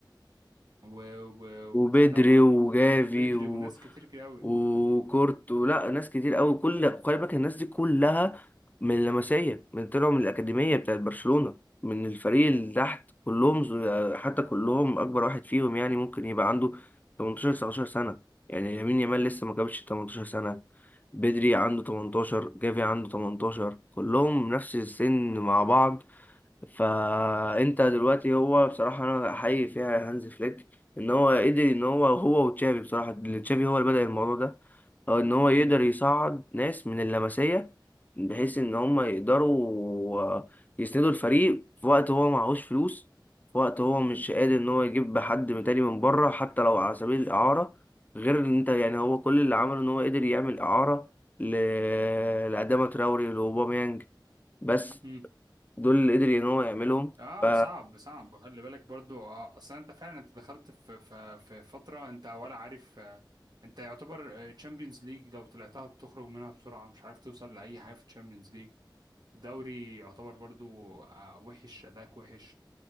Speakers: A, on the right; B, on the left.
A: و... و...
B: وبدري
A: وبتاع دوت
B: وجافي
A: وبدري
B: و...
A: وناس كتير كده قوي
B: وكورت ولا ناس كتير قوي كل خلي بالك الناس دي كلها من اللمسيه من طلعوا من الاكاديميه بتاعت برشلونه من الفريق
A: امم
B: اللي تحت كلهم ز- حتى كلهم اكبر واحد فيهم يعني ممكن يبقى عنده 18 19 سنه يعني يمين يامال لسه ما جابش 18 سنه بدري عنده 18 جافي عنده 18 كلهم نفس السن مع بعض فانت دلوقتي هو بصراحه انا احيي فيها هانز فليك ان هو قدر ان هو هو وتشافي بصراحه اللي تشافي هو اللي بدأ الموضوع ده هو ان هو يقدر
A: امم
B: يصعد ناس من اللمسيه بحيث ان هم يقدروا يسندوا الفريق في وقت هو معهوش فلوس في وقت هو مش قادر ان هو يجيب حد من تاني من بره حتى لو على سبيل الاعاره غير ان انت يعني هو كل اللي عمله ان هو قدر يعمل اعاره ل... لأداما تراوري لاوباميانج بس
A: امم
B: دول اللي قدر ان هو يعملهم
A: اه
B: ف
A: صعب صعب وخلي بالك برضو اه اصلا انت فعلا انت دخلت في في في فتره انت ولا عارف آه، انت يعتبر تشامبيونز ليج لو طلعتها بتخرج منها بسرعه مش عارف توصل لاي حاجه في تشامبيونز ليج الدوري يعتبر برضو آه، وحش اداك وحش